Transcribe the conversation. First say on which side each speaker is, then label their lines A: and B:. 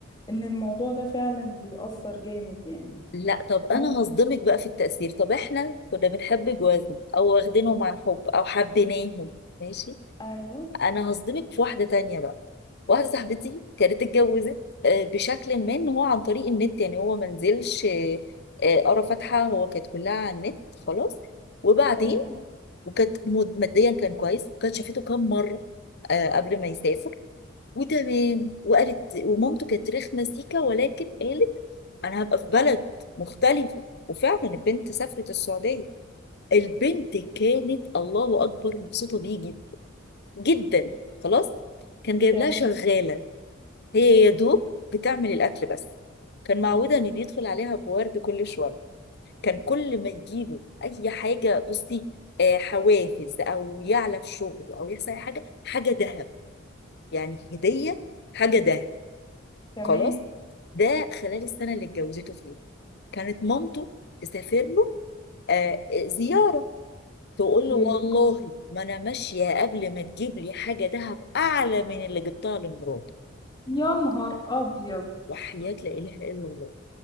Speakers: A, on the left; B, on the left.
A: ان الموضوع ده فعلا بيأثر جامد يعني
B: لا طب انا
A: موقف
B: هصدمك بقى في التأثير طب احنا كنا بنحب جوازنا او واخدينهم عن حب او حبيناهم ماشي
A: ايوه
B: انا هصدمك في واحدة تانية بقى واحدة صاحبتي كانت اتجوزت آه، بشكل ما ان هو عن طريق النت يعني هو ما نزلش آه، آه، قرا فاتحة هو كانت كلها على النت خلاص وبعدين
A: تمام
B: وكانت مد- ماديا كان كويس وكانت شافته كام مرة آه، قبل ما يسافر وتمام وقالت ومامته كانت رخمه سيكا ولكن قالت انا هبقى في بلد مختلفه وفعلا البنت سافرت السعوديه البنت كانت الله اكبر مبسوطه بيه جدا جدا خلاص كان جايب
A: تمام
B: لها شغاله هي يا دوب بتعمل الاكل بس كان معوده ان بيدخل عليها بورد كل شويه كان كل ما يجيله اي حاجه بصي آه، حوافز او يعلى في شغله او يحصل اي حاجه حاجه ذهب يعني هديه حاجه ذهب
A: تمام
B: خلاص ده خلال السنه اللي اتجوزته فيها كانت مامته تسافر له آه زياره تقول
A: مم.
B: له والله ما انا ماشيه قبل ما تجيب لي حاجه دهب اعلى من اللي جبتها لمراتي
A: يا نهار ابيض
B: وحياه لا اله الا الله